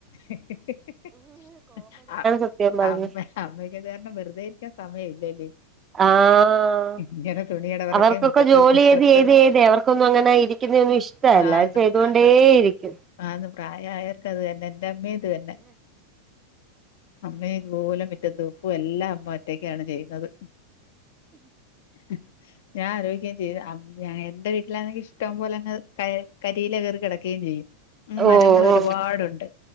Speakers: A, on the left (about 55°); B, on the right (about 20°).
A: ഹ് ഹ് ഹ്. അ
B: സത്യം പറഞ്ഞ
A: അമ്മ അമ്മക്ക് അത് കാരണം വെറുതെ ഇരിക്കാൻ സമയം ഇല്ലല്ലേ
B: ആഹ്
A: ഇങ്ങനെ തുണി കിടവറക്കെ
B: അവർക്കൊക്കെ
A: മുറ്റത്ത്
B: ജോലി
A: മുറ്റത്ത്
B: ചെയ്ത് ചെയ്ത് ചെയ്ത് അവർക്കൊന്നും അങ്ങനെ ഇരിക്കുന്ന ഒന്നും ഇഷ് ട്ടെല്ലാം
A: ആഹ്
B: ചെയ്തുകൊണ്ടേ
A: ആന്ന്
B: ഇരിക്കും.
A: ആന്ന് പ്രായായർക്ക് അത് തന്നെ എന്റെ അമ്മേ ഇത് തന്നെ അമ്മേം ഇതുപോല മിറ്റം തൂപ്പും എല്ലാം അമ്മ ഒറ്റക്കാണ് ചെയ്യുന്നത് ഹ്. ഞാൻ ആലോയ്ക്കയും ചെയ്യും എന്റെ വീട്ടിലാണെങ്കി ഇഷ്ട്ടം പോലങ്ങ് ക കരിയില കേറി കെടക്കയും ചെയ്യും. അന്ന്
B: ഓ
A: മരങ്ങൾ ഒരുപാടുണ്ട്
B: ഓ